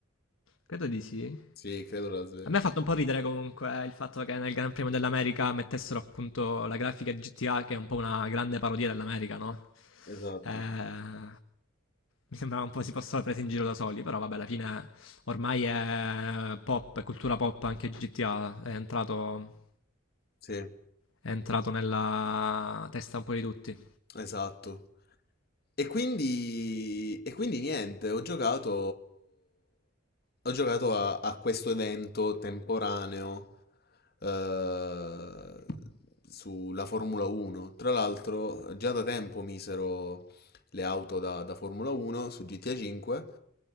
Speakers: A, on the left (about 70°); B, on the left (about 50°).
A: Credo di sì.
B: Sì, credo Las Vegas.
A: A me ha fatto un po' ridere comunque il fatto che nel Gran Premio dell'America mettessero appunto la grafica di GTA che è un po' una grande parodia dell'America, no?
B: Esatto.
A: Eh, mi sembrava un po' si fossero presi in giro da soli, però vabbè, alla fine ormai è pop, è cultura pop anche GTA, è entrato,
B: Sì.
A: è entrato nella testa un po' di tutti.
B: Esatto. E quindi, e quindi niente, ho giocato, ho giocato a, a questo evento temporaneo eh, sulla Formula 1. Tra l'altro, già da tempo misero le auto da, da Formula 1 su GTA 5